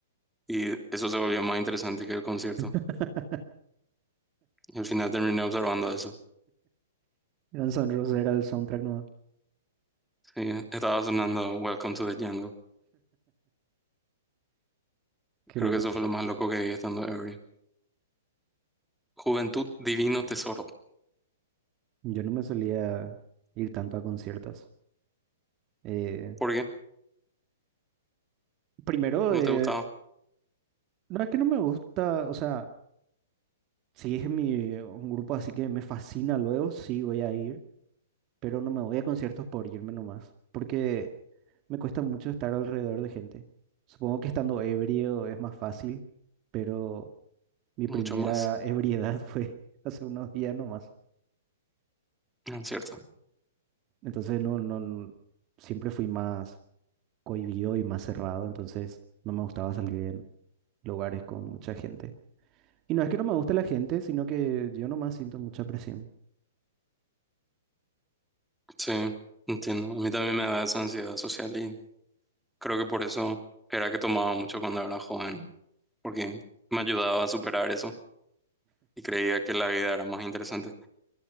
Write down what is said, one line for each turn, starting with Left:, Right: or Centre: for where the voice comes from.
Centre: y eso se volvió más interesante que el concierto.
Right: <laughs>
Centre: Y al final terminé observando eso.
Right: Guns N' Roses <laughs> era el soundtrack nuevo.
Centre: Sí, estaba sonando Welcome to the Jungle.
Right: Que
Centre: Creo
Right: luego
Centre: que eso fue lo más loco que vi estando ebrio. Juventud, divino tesoro.
Right: yo no me solía ir tanto a conciertos. Eh,
Centre: ¿Por qué?
Right: primero,
Centre: ¿No
Right: eh,
Centre: te gustaba?
Right: no es que no me gusta, o sea. Si es mi, un grupo así que me fascina luego, sí voy a ir, pero no me voy a conciertos por irme nomás, porque me cuesta mucho estar alrededor de gente. Supongo que estando ebrio es más fácil, pero mi
Centre: Mucho
Right: primera
Centre: más,
Right: ebriedad <laughs> fue hace unos días nomás.
Centre: ¿no es ¿cierto?
Right: Entonces no, no, no- siempre fui más cohibido y más cerrado, entonces no me gustaba salir en lugares con mucha gente. Y no es que no me guste la gente, sino que yo nomás siento mucha presión.
Centre: Sí, entiendo. A mí también me da esa ansiedad social y creo que por eso era que tomaba mucho cuando era joven, porque me ayudaba a superar eso. y creía que la vida era más interesante.